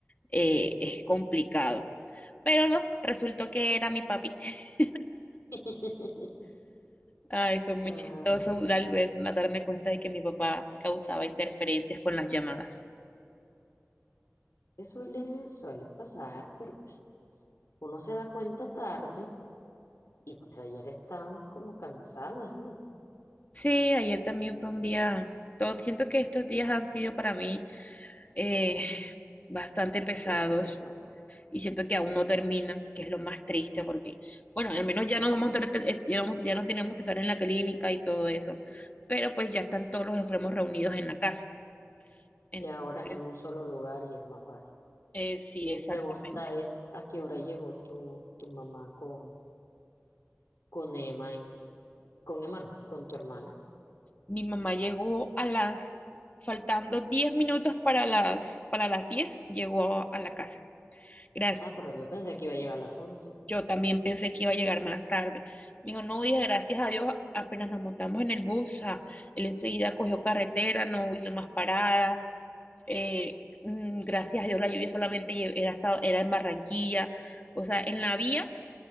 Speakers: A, on the left (about 30°); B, on the left (about 85°).
A: eh, es complicado. Pero no, resultó que era mi papi. <laughs>
B: <laughs>
A: Ay, fue muy
B: Ay,
A: chistoso
B: no.
A: al ver, a darme cuenta de que mi papá causaba interferencias con las llamadas.
B: Que suele, suele pasar, pero pues uno se da cuenta tarde y pues ayer estábamos como cansadas, ¿no?
A: Sí, ayer también fue un día, todo, siento que estos días han sido para mí eh, bastante pesados
B: Bastante pesadas.
A: y siento que aún no terminan, que es lo más triste porque, bueno, al menos ya no vamos a tener- eh, ya no, ya no tenemos que estar en la clínica y todo eso, pero pues ya están todos los enfermos reunidos en la casa. Entonces,
B: Y ahora es en un solo lugar y es más fácil.
A: eh, sí,
B: Mi
A: exactamente.
B: pregunta es, ¿a qué hora llegó tu, tu mamá con, con Emma, en- con Emma no, con tu hermana?
A: Mi mamá llegó a las, faltando 10 minutos para las, para las diez llegó a la casa. Gracias.
B: Ah, pero yo pensé que iba a llegar a las once
A: Yo también pensé que iba a llegar más tarde. Me dijo, no, hija, gracias a Dios, apenas nos montamos en el bus, o él enseguida cogió carretera, no hizo más paradas. eh, mm, gracias a Dios, la lluvia solamente lle- era, hasta- era en Barranquilla. O sea, en la vía